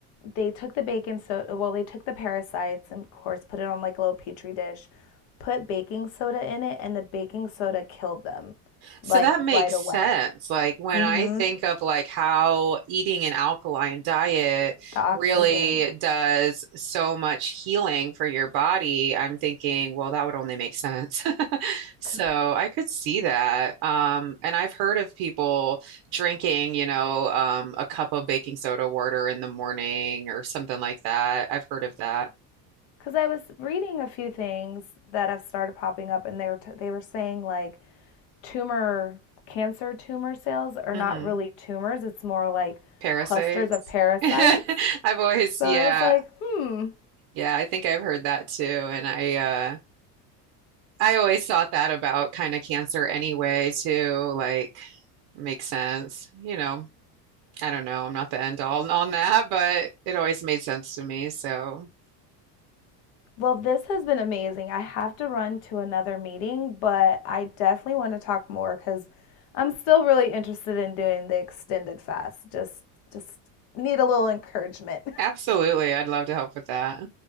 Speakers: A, on the left (about 65°); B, on the right (about 50°).
A: They took the baking soda, well, they took the parasites and, of course, put it on like a little petri dish, put baking soda in it, and the baking soda killed them
B: So
A: like
B: that makes
A: right away.
B: sense. Like when
A: hmm
B: I think of like how eating an alkaline diet
A: The oxygen.
B: really does so much healing for your body, I'm thinking, well, that would only make sense. <laughs> So
A: Because
B: I could see that. Um, and I've heard of people drinking, you know, um, a cup of baking soda water in the morning or something like that. I've heard of that.
A: I was reading a few things that have started popping up, and they were, t- they were saying like tumor, cancer tumor cells are
B: hmm
A: not really tumors, it's more like
B: Parasites.
A: clusters of parasites.
B: <laughs> I've always,
A: So
B: yeah,
A: I was like, hmm,
B: yeah, I think I've heard that too. And I, uh, I always thought that about kind of cancer anyway, too. Like, makes sense. You know, I don't know. I'm not the end all on that, but it always made sense to me. So,
A: Well, this has been amazing. I have to run to another meeting, but I definitely want to talk more because I'm still really interested in doing the extended fast. Just, just need a little encouragement.
B: absolutely, I'd love to help with that.